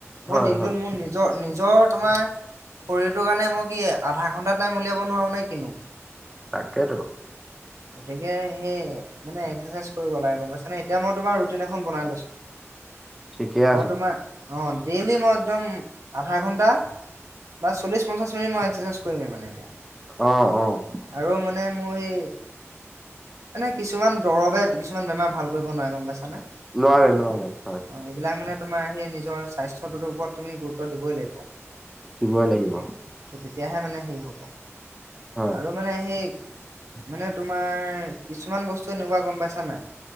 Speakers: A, on the right (about 85°); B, in the centre.
A: মই
B: হয়,
A: দিনটোত
B: হয়,
A: মোৰ নি <unintelligible> নিজ নিজৰ তোমাৰ শৰীৰটোৰ কাৰণে, মই কি আধা ঘণ্টা টাইম উলিয়াব নোৱাৰোঁ নে কিনো
B: তাকেতো।
A: <inaudible> গতিকে, সেই মানে এক্সাৰচাইজ কৰিব লাগে গম পাইছ নে এতিয়া মই তোমাৰ ৰুটিন এখন বনাই লৈছো
B: ঠিকে আছে
A: মই, তোমাৰ অ, ডেইলি মই একদম আধা ঘণ্টা বা, চল্লিচ পঞ্চাচ মিনিট মই এক্সৰচাইজ কৰিমেই মানে এতিয়া
B: অ, অ,
A: আৰু, মানে মোৰ সেই এনে, কিছুমান দৰৱে কিছুমান বেমাৰ ভাল কৰিব নোৱাৰে গম পাইছানে
B: নোৱাৰে নোৱাৰে হয়।
A: অ, এইবিলাক মানে তোমাৰ সেই নিজৰ স্বাস্থ্যটোৰ ওপৰত তুমি গুৰুত্ব দিবই লাগিব <unintelligible>
B: দিবই লাগিব
A: তেতিয়াহে মানে সেই হ'ব
B: হয়।
A: ত মানে, সেই মানে তোমাৰ কিছুমান বস্তু এনেকুৱা গম পাইছা নাই